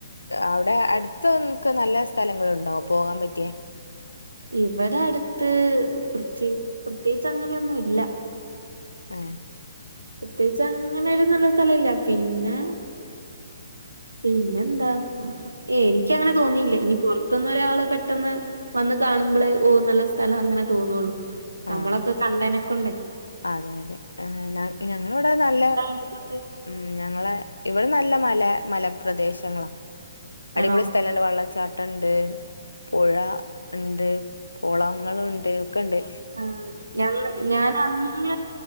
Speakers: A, on the left (about 90°); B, on the right (about 80°).
A: അവിടെ അടുത്തൻക്ക് നല്ല സ്ഥലങ്ങളുണ്ടോ പോകാൻ പറ്റിയേ.
B: ഇവിടെ അടുത്ത് പ്രത്യേ പ്രത്യേകിച്ച് അങ്ങനെയൊന്നും ഇല്ല.
A: ഏഹ്
B: പ്രത്യേകിച്ച് അങ്ങനൊരു നല്ല സ്ഥലല്ല പിന്നെ. പിന്നെന്താ എനിക്കങ്ങനെ തോന്നിയില്ല ഇനി പൊർത്ത്ന്ന് ഒരാള് പെട്ടെന്ന് വന്ന് കാണുമ്പളേ ഓ നല്ല സ്ഥലാ അങ്ങനെ തോന്നുള്ളു
A: ആഹ്.
B: നമ്മളൊക്കെ കണ്ടേനക്കൊണ്ടേ
A: അതെ അതെ ഞങ്ങളവടെ നല്ല
B: നോക്ണ്ട്
A: ഉം ഞങ്ങള ഇവിടെ നല്ല മല മലപ്രദേശങ്ങളാ അടിപൊളി
B: ആണോ
A: സ്ഥല വെള്ളച്ചാട്ടണ്ട്. പുഴ ഉണ്ട് കുളങ്ങളുണ്ട് ഒക്കെണ്ട്.
B: ആഹ് ഞങ്ങ ഞാനങ്ങ